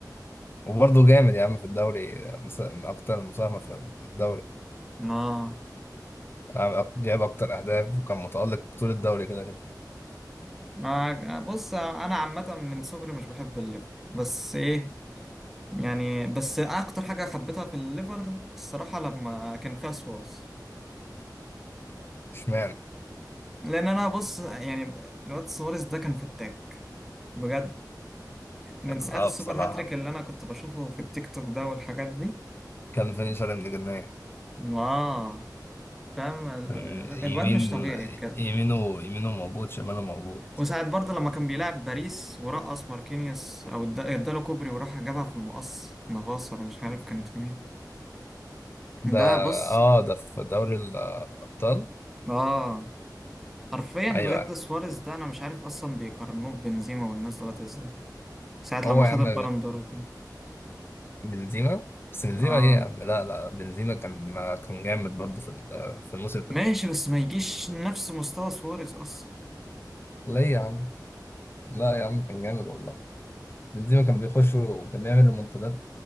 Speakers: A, on the left (about 30°); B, in the centre.
A: وبرضه جامد يا عم في الدوري مس- من أكتر المساهمة في الدوري
B: <laughs> اه
A: عم- جاب أكتر أهداف وكان متألق طول الدوري كده كده
B: ما بص انا عامه من صغري مش بحب الليفر بس ايه يعني بس اكتر حاجه حبيتها في الليفر الصراحه لما كان فيها سوارز
A: اشمعنى
B: لان انا بص يعني الواد سواريز ده كان فتاك بجد من
A: كان
B: ساعة
A: اه
B: السوبر
A: بصراحة
B: هاتريك اللي انا كنت بشوفه في التيك توك ده والحاجات دي
A: كان فينيشر ابن جنيه
B: اه فاهم ال-
A: كان يمين
B: الواد مش طبيعي بجد
A: يمينه يمينه موجود شماله موجود
B: وساعة برضه لما كان بيلعب باريس ورقص ماركينيوس او إد- اداله كوبري وراح جابها في المقص في نافاس ولا مش عارف كانت في مين
A: ده
B: ده بص
A: اه ده في دوري الأبطال
B: اه حرفيا بجد
A: ايوه
B: سواريز ده انا مش عارف اصلا بيقارنوه ببنزيما والناس دولت ازاي ساعة
A: هو
B: لما خد
A: يا عم
B: البالون دور وكده.
A: بنزيما بس بنزيما
B: اه
A: ايه يا عم لا لا بنزيما كان كان جامد برضه في ال- في الموسم ده
B: ماشي بس ما يجيش نفس مستوى سواريز اصلا
A: ليه يا عم لا يا عم كان جامد والله بنزيما كان بيخش وكان بيعمل ريمونتادات